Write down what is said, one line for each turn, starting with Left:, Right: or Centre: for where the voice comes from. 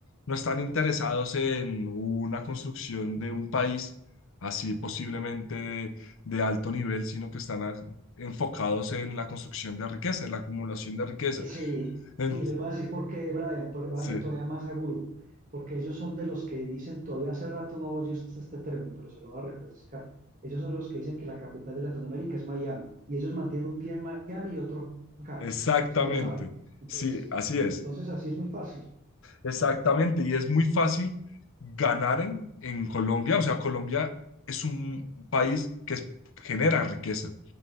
Left: No están interesados en una construcción de un país así posiblemente de, de alto nivel, sino que están a- enfocados en la construcción de riqueza, en la acumulación de riqueza.
Right: Eh, Sí,
Left: En-
Right: y les voy a decir por qué, Brian, por- va
Left: sí,
Right: a ser todavía más agudo, porque ellos son de los que dicen, todavía hace rato no oyes este este término, pero se lo va a refrescar. Ellos son los que dicen que la capital de Latinoamérica es Miami, y ellos mantienen un pie en Miami y otro acá,
Left: exactamente.
Right: usted lo sabe. Entonces,
Left: Sí, así es.
Right: entonces así es muy fácil.
Left: Exactamente. Y es muy fácil ganar en, en Colombia. O sea, Colombia es un país que es- genera riqueza.